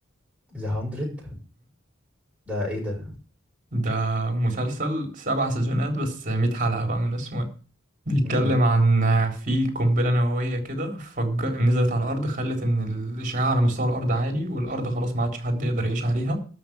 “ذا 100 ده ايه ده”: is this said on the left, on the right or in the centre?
Centre